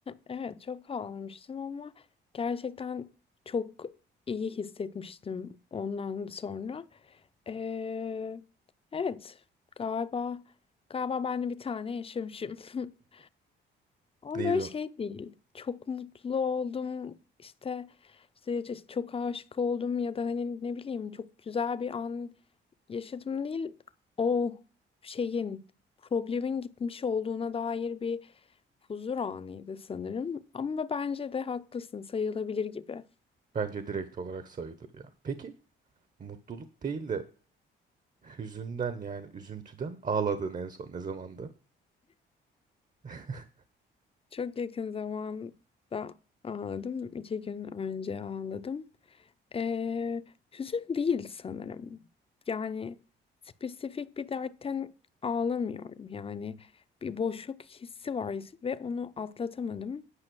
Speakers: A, on the left; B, on the right.
A: Evet çok ağlamıştım ama gerçekten çok iyi hissetmiştim ondan sonra. E, evet galiba galiba ben de bir tane yaşamışım. <laughs> Ama
B: neydi
A: böyle şey
B: o?
A: değil. Çok mutlu oldum. işte işte çok aşık oldum ya da hani ne bileyim çok güzel bir an yaşadım değil o şeyin problemin gitmiş olduğuna dair bir huzur anıydı sanırım. Ama bence de haklısın sayılabilir gibi.
B: Bence direkt olarak sayılır ya. Peki mutluluk değil de Hüzünden yani üzüntüden ağladığın en son ne zamandı? <laughs>
A: Çok yakın zamanda ağladım. İki gün önce ağladım. Ee, hüzün değil sanırım. Yani spesifik bir dertten ağlamıyorum. Yani bir boşluk hissi var ve onu atlatamadım.